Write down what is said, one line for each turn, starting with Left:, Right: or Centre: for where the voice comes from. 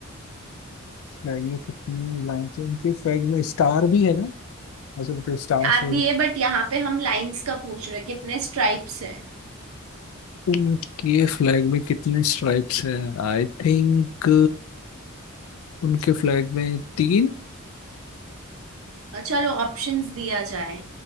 Left: फ्लैग में कितनी लाइन्स है उनके फ्लैग में स्टार भी है ना ऐसा मतलब स्टार्स
Right: स्टार
Left: वगैरह
Right: भी है बट यहाँ पे हम लाइन्स का पूछ रहे हैं कितने स्ट्राइप्स है
Left: उनके फ्लैग में कितने स्ट्राइप्स हैं आई थिंक उनके फ्लैग में तीन
Right: चलो ऑप्शंस दिया जाए